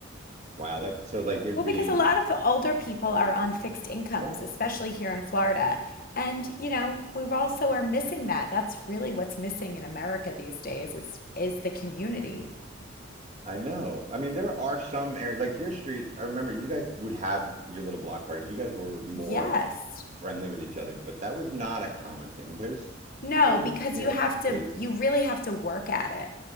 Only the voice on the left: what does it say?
Well,
because a lot of the older people are on fixed incomes,
especially here in Florida. And, you know, we also are missing that. That's really what's missing in America these days is is the community.
Yes.
No,
because
you
have
to, you really have to work at it.